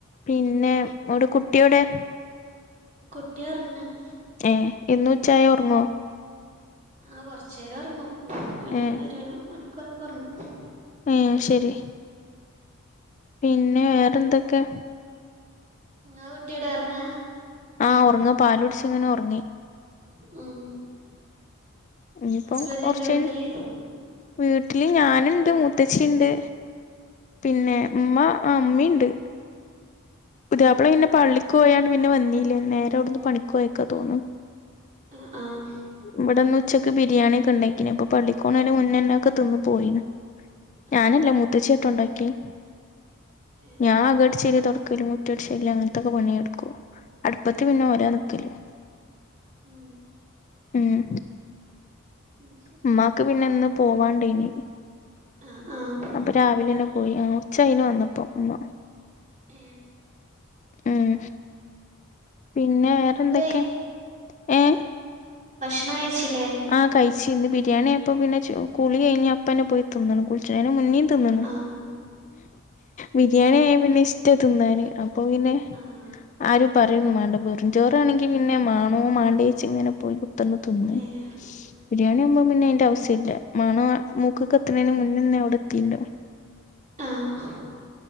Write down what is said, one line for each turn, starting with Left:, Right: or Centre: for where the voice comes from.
Left: പിന്നെ എവ്ടെ കുട്ടിയെവ്ടെ
Right: കുട്ടി ഒറ്ങ്ങാണ്
Left: ഏഹ് എന്നും ഉച്ചായാ ഒറ്ങ്ങോ?
Right: ആഹ് കൊർച്ചേരം ഒറ്ങ്ങും ഒര്
Left: ഏ
Right: ഒരു മണിക്കൂറൊക്കെ ഒറ്ങ്ങും
Left: ഏഹ് ശെരി പിന്നെ വേറെന്തൊക്കെ
Right: ഇങ്ങളെ കുട്ടിയെടെ ഒറ്ങ്ങാ?
Left: ആഹ് ഒർങ്ങാ പാലുട്ച്ച് ഇങ്ങനെ ഒറ്ങ്ങി
Right: ഉം
Left: ഇനിയിപ്പം
Right: ഹസ്ബൻഡ്
Left: കൊറച്ച്
Right: ഇണ്ടൊ വീട്ടില്
Left: കഴിഞ്ഞ് വീട്ടില് ഞാന്ണ്ട് മൂത്തച്ചിഇണ്ട് പിന്നെ ഇമ്മ ആ ഇമ്മിണ്ട് പുതിയാപ്പ്ള പിന്നെ പള്ളിക്കോയാണ്ട് പിന്നെ വന്നീല്ല നേരെ അവ്ട്ന്ന് പണിക്കോയക്കാ തോന്ന്ണ്
Right: അ ആഹ്
Left: ഇവിടെന്ന് ഉച്ചക്ക് ബിരിയാണിക്കെ ഇണ്ടാക്കിന് അപ്പൊ പള്ളിക്കോണേന്റെ മുന്നെന്നെ ഒക്കെ തിന്ന് പോയിണ്
Right: ആഹ്
Left: ഞാനല്ല മൂത്തച്ചിയാട്ടൊ ഇണ്ടാക്കിയെ
Right: ഏഹ്
Left: ഞാ അകട്ച്ചോരി തൊട്ക്കലും മു റ്റ അടിച്ചുവാര്ല് അങ്ങൻത്തൊക്കെ പണിയെടുക്കും അട്പ്പത്ത്
Right: ആഹ് ആഹ്
Left: പിന്നെ ഓരാ നിക്കല്
Right: ഉം
Left: ഉം
Right: അയ്ശരി
Left: ഇമ്മാക്ക് പിന്നെ ഇന്ന് പോവാണ്ടേനി
Right: ആഹ് ആഹ്
Left: അപ്പ രാവിലെന്നെ പോയി ആ ഉച്ചായിന് വന്നപ്പോ ഉമ്മ
Right: ഉം
Left: ഉം പിന്നെ വേറെന്തൊക്കെ
Right: ഫുഡ്
Left: ഏഹ്
Right: ഭക്ഷണ കഴിച്ചില്ലേ
Left: ആഹ് കഴിച്ചി ഇന്ന് ബിരിയാണി ആയപ്പ പിന്നെ ചു കുളി കഴിഞ്ഞ് അപ്പന്നെ പോയി തിന്ന്ണ് കുളിച്ച്ണേനിം മുന്നിം തിന്ന്ണ്
Right: ആഹ് ആഹ്
Left: ബിരിയാണി ആയ പിന്നെ ഇഷ്ടാ തിന്നാന് അപ്പൊ പിന്നെ
Right: ആഹ്
Left: ആരും പറയുന്നും മാണ്ട വെറും ചോറാണെങ്കി
Right: ഉം
Left: പിന്നെ മാണോ മാണ്ടേച്ച് ഇങ്ങനെ പോയി കുത്രന്ന് തിന്നും
Right: ഏഹ്
Left: ബിരിയാണി ആവുമ്പോ പിന്നെ അയിന്റെ ആവുസല്യ മണ മൂക്ക്ക്ക് എത്തുണേന് മുന്നേന്നെ അവിടെ എത്തിണ്ടാവും
Right: ആഹ്